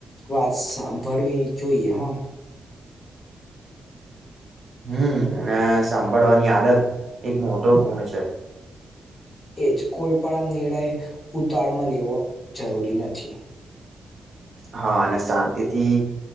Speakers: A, on the left; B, on the right.
A: વાત સાંભળવી જોઈએ, હા.
B: હમ, અને સાંભળવાની આદત એક મોટો ગુણ છે.
A: એ જ કોઈ પણ આમ નિર્ણય ઉતાવાળમાં લેવો જરૂરી નથી.
B: હા, અને શાંતિથી